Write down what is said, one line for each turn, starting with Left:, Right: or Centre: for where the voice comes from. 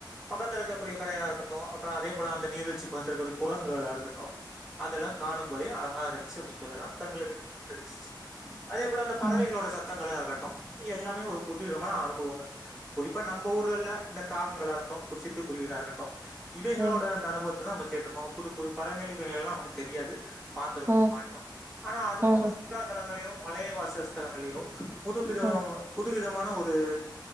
Centre: பக்கத்துல இருக்க கூடிய கடையாருகட்டு அப்பறோ அதே போல அந்த நீர்வீழ்ச்சி பக்கத்துலருக்கூடிய குரங்குகளாகட்டு அதெல்லா காணும் போதே அழகா இருந்த்ச்சு அப்டின்னு சொல்லலா கண்களுக்கு கெடச்சுச்சு அதே போல அந்த பறவைகளோட
Right: ம்
Centre: சத்தங்களே ஆகட்டு இது எல்லாமே ஒரு புதுவிதமான அனுபவங்கள் குறிப்பா நம்ம ஊர்கள்ல இந்த காகங்களாகட்டு குச்சித்து குருவிகளாகட்டு இவைகளோட
Right: ம்
Centre: அந்த அனுபவத்ததா நம்ம கேட்ருக்கோம புது புது பறவை இவைகள் எல்லா நமக்கு தெரியாது பாத்திருக்கவு
Right: ம்
Centre: மாட்டோ ஆனா அது
Right: ம்
Centre: போன்ற சுற்றுலா தலங்களையோ மலைவாசஸ்தலங்களையோ புதுப்பித
Right: ம் ம்
Centre: புதுவிதமான ஒரு